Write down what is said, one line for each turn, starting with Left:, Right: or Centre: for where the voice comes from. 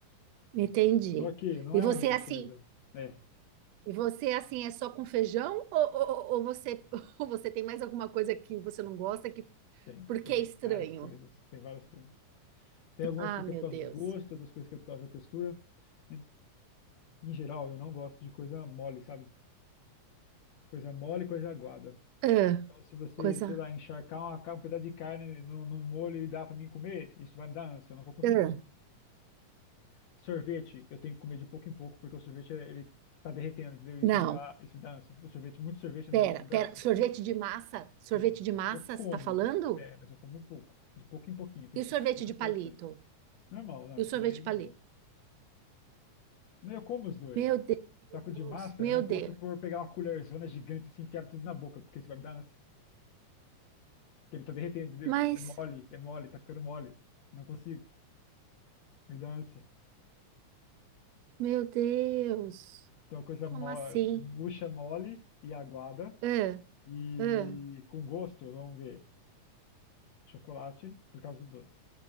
Right: entendi.
Left: Só que não
Right: E
Left: é
Right: você
Left: a única
Right: é assim,
Left: coisa. É.
Right: e você é assim é só com feijão ou, ou, ou você <laughs> ou você tem mais alguma coisa que você não gosta que
Left: Tem,
Right: porque
Left: tem
Right: é estranho?
Left: várias coisas, tem várias coisas. Tem algumas
Right: Ah,
Left: coisas
Right: meu
Left: que é por causa
Right: Deus.
Left: do gosto, outras coisas que é por causa da textura. Em em geral, eu não gosto de coisa mole, sabe? Coisa mole, coisa aguada.
Right: Ah,
Left: Então, se você,
Right: coisa.
Left: sei lá, encharcar uma ca- um pedaço de carne no, num molho e dar pra mim comer, isso vai me dar ânsia, eu não vou conseguir.
Right: Ah,
Left: Sorvete, eu tenho que comer de pouco em pouco, porque o sorvete, é- ele tá derretendo, entendeu? Isso
Right: não,
Left: me dá, isso me dá ânsia. O sorvete, muito sorvete na
Right: pera,
Left: minha boca me dá
Right: pera.
Left: ânsia.
Right: Sorvete de massa? Sorvete
Left: Sim,
Right: de massa,
Left: eu como,
Right: você tá falando?
Left: é, mas eu como pouco. De pouco em pouquinho, tem
Right: E
Left: que
Right: o
Left: ser
Right: sorvete
Left: poucas
Right: de
Left: porções.
Right: palito?
Left: Normal, não,
Right: E
Left: isso
Right: o sorvete
Left: daí
Right: de
Left: é de
Right: palito?
Left: boa. Não, Eu como os dois.
Right: Meu Deus,
Left: Só que o de massa,
Right: meu
Left: eu não
Right: Deus.
Left: posso por pegar uma colherzona gigante e se enfiar tudo na boca, porque isso vai me dar ânsia. Porque ele tá derretendo, entendeu?
Right: Mas,
Left: É mole, é mole, tá ficando mole. Não consigo, me dá ânsia.
Right: meu Deus,
Left: Então, coisa
Right: como
Left: mo
Right: assim?
Left: murcha, mole e aguada.
Right: Ah,
Left: E
Right: ah.
Left: com gosto, vamos ver. Chocolate, por causa do doce.